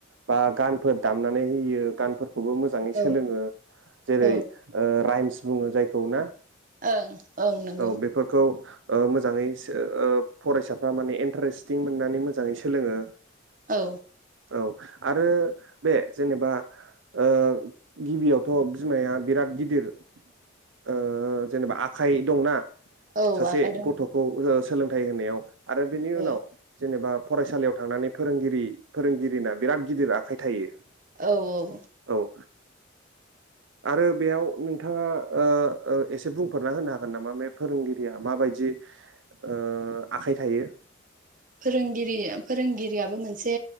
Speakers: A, on the right; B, on the right.
A: बा गानफोर दामनानै बियो गानफोर खौबो मोजाङै
B: औ
A: सोलोंङो जेरै
B: औ
A: ओ राइम्स बुङो जायखौ ना।
B: ओं ओं नंगौ।
A: औ बेफोरखौ ओ मोजाङै सो ओ फरायसाफ्रा माने इन्टारेस्टिं मोननानै मोजाङै सोलोङो।
B: औ
A: औ आरो बे जेनेबा ओ गिबियावथ बिमाया बिराद गिदिर ओ जेनेबा आखाइ दंना।
B: औ
A: सासे
B: आखाइ दं
A: गथखौ ओ स सोलोंथाइ होनायाव आरो बेनि
B: औ
A: उनाव जेनेबा फरायसालियाव थांनानै फोरोंगिरि फोरोंगिरिना बिराद गिदिर आखाइ थायो।
B: औ औ
A: औ आरो बेयाव नोंथाङा ओ एसे बुंफोरना होनो हागोन नामा मे फोरोंगिरिया माबायदि। ओ आखाइ थायो।
B: फोरोंगिरि फोरोंगिरियाबो मोनसे